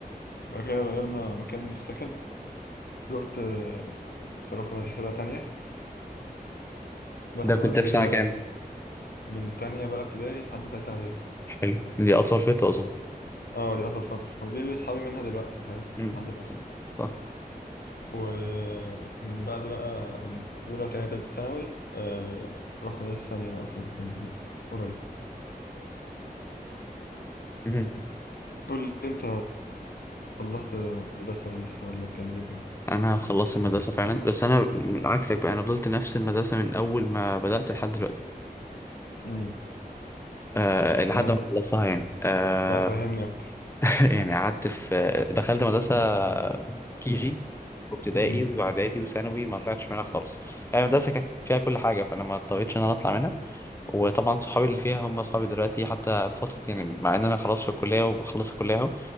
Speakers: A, on the left (about 75°); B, on the left (about 15°).
A: بعد كده غيرنا مكان السكن رحت آه، فروحت مدرسة بقى تانية بس
B: ده كنت
A: وبعد كده
B: في سنة كام
A: من تانية بقى ابتدائي لحد تالتة إعدادي
B: حلو دي اطول فترة اظن
A: اه دي أطول فترة ودي اللي صحابي منها دلوقتي فاهم
B: امم
A: لحد دلوقتي
B: صح
A: ومن بعد بقى من أولى وتانية تالتة ثانوي آه رحت مدرسة ثانية بقى في من قريب
B: مهم.
A: قول لي أنت خلصت مدرسة ولا لسه ولا بتعمل إيه كده
B: انا خلصت المدرسه فعلا بس انا من عكسك بقى انا فضلت نفس المدرسه من اول ما بدات لحد دلوقتي
A: امم
B: أه لحد
A: يعني
B: ما خلصتها يعني آه،
A: لا فهمني أكتر
B: يعني قعدت في دخلت مدرسة كيجي وابتدائي
A: امم
B: واعدادي وثانوي ما طلعتش منها خالص يعني المدرسة كانت فيها كل حاجة فانا ما اضطريتش ان انا اطلع منها وطبعا صحابي اللي فيها هم صحابي دلوقتي حتى في فترة يعني مع ان انا خلاص في الكلية وبخلص الكلية اهو